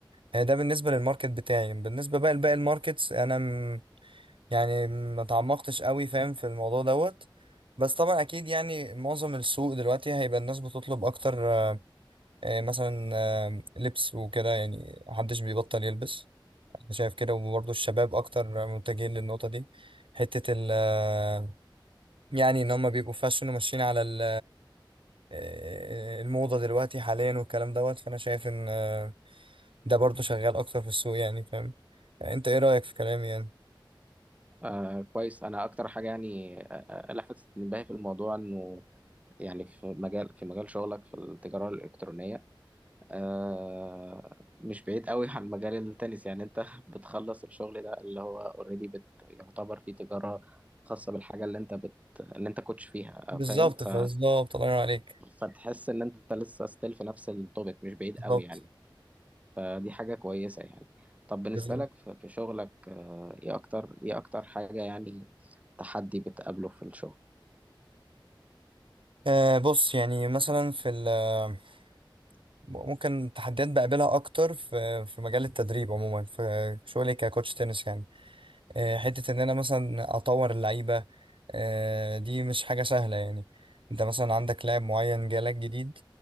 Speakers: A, on the right (about 80°); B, on the right (about 15°).
A: آه، ده بالنسبة للماركت بتاعي بالنسبة بقى لباقي الماركتس انا م- يعني ما تعمقتش قوي فاهم في الموضوع دوت بس طبعا اكيد يعني معظم السوق دلوقتي هيبقى الناس بتطلب اكتر آه، آه، مثلا آه، لبس وكده يعني محدش بيبطل يلبس انا شايف كده وبرضه الشباب اكتر متجهين للنقطة دي حتة ال آه، يعني ان هم بيبقوا فاشن وماشيين على ال- آه، الموضة دلوقتي حاليا والكلام دوت فانا شايف ان آه، ده برضه شغال اكتر في السوق يعني فاهم انت ايه رأيك في كلامي يعني
B: آه كويس أنا أكتر حاجة يعني آه، آه، آه، لفتت انتباهي في الموضوع إنه يعني في مجال في مجال شغلك في التجارة الإلكترونية آه مش بعيد قوي عن مجال التنس يعني أنت <laughs> بتخلص الشغل ده اللي هو أوريدي بت يعتبر فيه تجارة خاصة بالحاجة اللي أنت بت اللي أنت كوتش فيها
A: بالظبط
B: آه، فاهم ف
A: بالظبط الله ينور عليك
B: فتحس ان انت لسه ستيل في نفس التوبيك مش بعيد
A: بالظبط
B: قوي يعني فدي حاجة كويسة يعني طب بالنسبة
A: بالظبط
B: لك في في شغلك آه، ايه اكتر ايه اكتر حاجة يعني تحدي بتقابله في الشغل
A: آه بص يعني مثلا في ال آه، ممكن تحديات بقابلها اكتر في في مجال التدريب عموما في شغلي ككوتش تنس يعني آه، حته ان انا مثلا اطور اللعيبه آه، دي مش حاجه سهله يعني انت مثلا عندك لاعب معين جالك جديد